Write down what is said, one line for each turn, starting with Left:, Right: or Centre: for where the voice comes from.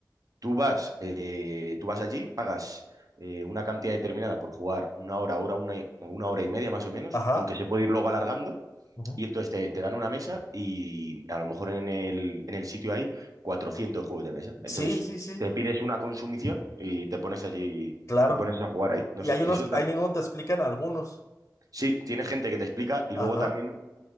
Right: tú vas, eh, tú vas allí, pagas eh, una cantidad determinada por jugar una hora, hora, una, y- o una hora y media más o menos,
Left: Ajá.
Right: aunque se puede ir luego alargando.
Left: Ujú.
Right: Y entonces te, te dan una mesa y a lo mejor en el, en el sitio hay 400 juegos de mesa. Entonces
Left: Sí, sí, sí.
Right: te pides una consumición y te pones allí,
Left: Claro.
Right: te pones a jugar ahí. No
Left: Y
Right: sé,
Left: hay unos,
Right: eso ta-
Left: ahí mismo te explican algunos.
Right: sí, tiene gente que te explica y
Left: Ajá.
Right: luego también,